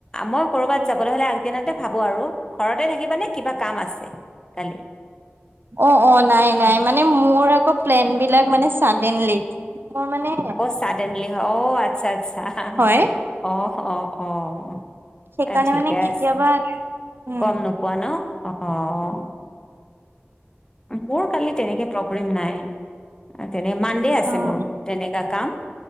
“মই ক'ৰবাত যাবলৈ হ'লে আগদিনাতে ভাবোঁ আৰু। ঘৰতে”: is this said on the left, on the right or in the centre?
Left